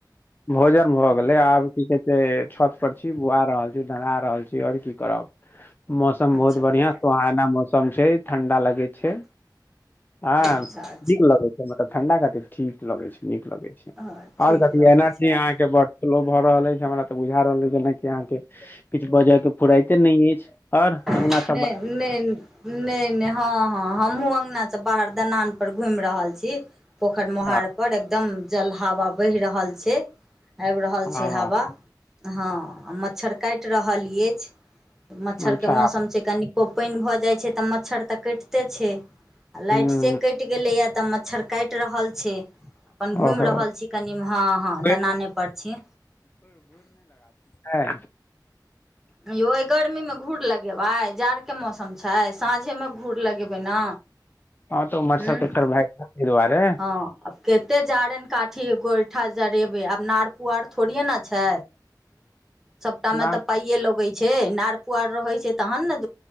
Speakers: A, on the left (about 25°); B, in the centre.
A: भोजन भऽ गेलै आब की कहै छै छत पर छी बुआ रहल छी ढ़रहा रहल छी आओर की करब मौसम
B: अच्छा
A: बहुत बढ़िया
B: बौआ
A: सोहाना मौसम छै ठंडा लगे छै ह
B: अच्छा अच्छा
A: नीक लगै छै मतलब ठंडा खातिर ठीक लगै छै निक
B: हँ
A: आर
B: ठीक
A: कथि
B: लगै
A: एनर्जी
B: छै
A: अहाँ केँ बड स्लो भ रहल अछि हमरा त बुझा रहल अछि जेना की से अहाँके किछु बजय केँ फुराते नहि अछि आओर
B: नहि
A: अंगना सब
B: नहि नहि त ह ह हमहु अगना से बाहर दनान पर घुमि रहल छी पोखरि मोहार
A: हँ
B: पर एकदम जल हवा बहि रहल छै आबि रहल
A: हँ
B: छै हवा हँ मच्छर काटि रहल अछि मच्छरकेँ
A: अच्छा
B: मौसम छै कनिको पानि भऽ जाइत छै तऽ मच्छर तऽ कटिते छै
A: ह
B: आ लाइट से कटि गेलैए तऽ मच्छर काटि रहल छै अपन
A: ओहो
B: घुमि रहल छी कनिमे हँ हँ
A: घुर
B: दानानेपर छी
A: हँ
B: ह यौ अय गर्मी मे घूर लग जेबक्ष जाड़ केँ मौसम छै सााँझे मे घूर लगेबै बिना
A: हँ तऽ मच्छर
B: यहूं
A: तच्छर भए गेल ताहि दुआरे
B: हँ आ कते जा जारन काठी गोइठा जरेबै आब नार पुआर थोड़ेये ने छै सबटा
A: अनार
B: मे तऽ पाइे लगैत छै नार पुआर रहै छै तहन न